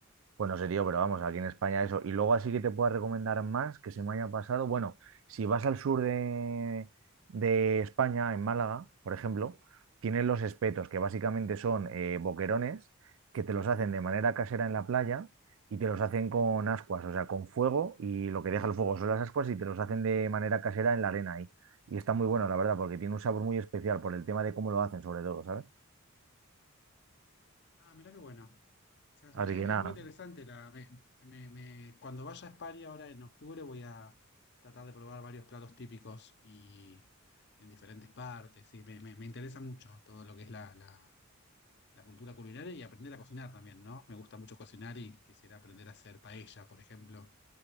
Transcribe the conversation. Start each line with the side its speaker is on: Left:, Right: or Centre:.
Right: Bueno, serio, pero vamos, aquí en España eso. Y luego así que te pueda recomendar más que se me haya pasado. Bueno, si vas al sur de, de España, en Málaga, por ejemplo, tienen los espetos, que básicamente son eh, boquerones que te los hacen de manera casera en la playa y te los hacen con ascuas, o sea, con fuego y lo que deja el fuego son las ascuas y te los hacen de manera casera en la arena ahí. Y está muy bueno, la verdad, porque tiene un sabor muy especial por el tema de cómo lo hacen, sobre todo, ¿sabes?
Left: Ah, mirá qué bueno. O sea, o
Right: Así
Left: sea, es,
Right: que nada.
Left: es muy interesante. La, me- me- me- cuando vaya a España ahora en octubre voy a tratar de probar varios platos típicos y en diferentes partes. Sí, me, me- me interesa mucho todo lo que es la, la- la cultura culinaria y aprender a cocinar también, ¿no? Me gusta mucho cocinar y quisiera aprender a hacer paella, por ejemplo.